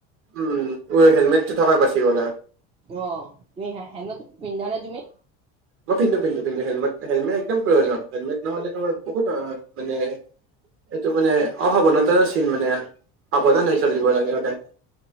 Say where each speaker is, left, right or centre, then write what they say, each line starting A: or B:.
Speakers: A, on the right; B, on the right.
A: উম অ হেলমেটতো থকাৰ কাৰণে বাচি গ'লা
B: অ তুমি হেলমেটতো পিন্ধানে তুমি
A: মই পিন্ধো পিন্ধো পিন্ধো হেলমেট হেলমে একদম প্ৰয়োজন হেলমেট নহ'লে তোমাৰ বহুত মানে এইটো মানে অসাৱধানতাৰ চিন মানে সাৱধান হৈ চলিব লাগে সদায়